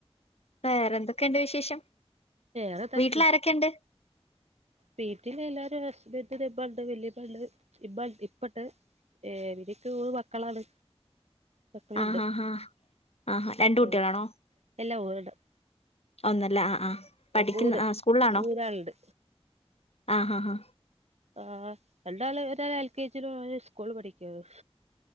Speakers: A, on the left (about 70°); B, on the right (about 80°).
A: വേറെ എന്തെക്കെണ്ട് വിശേഷം
B: വെറെന്താ
A: വീട്ടിൽ
B: <unintelligible>
A: ആരൊക്കെയുണ്ട്
B: വീട്ടിലെല്ലാരും ഹസ്ബഡണ്ടിന്റെ ഇമ്മണ്ട് വല്യമ്മെണ്ട് ഇമ്മ ഇപ്പണ്ട് ഏഹ് ഇവരിക്ക് മൂന്ന് മക്കളാണ് മക്കളുണ്ട്
A: ആഹ് ആഹ് ആഹ് ആഹാ രണ്ട് കുട്ടികളാണോ
B: ആഹ് എല്ലാ മൂന്നെണ്ണം
A: ഒന്നല്ല ആഹ് ആഹ് പഠിക്കുന്ന
B: മൂന്ന്
A: ആഹാ സ്കൂൾലാണോ
B: മൂന്നാളുണ്ട്
A: ആഹ ഹ ഹാ
B: ആഹ് ഹ്‌ രണ്ടാള് ഒരാള് എൽ കെ ജിലും ഒരാള് സ്കൂൾ പഠിക്കുവാ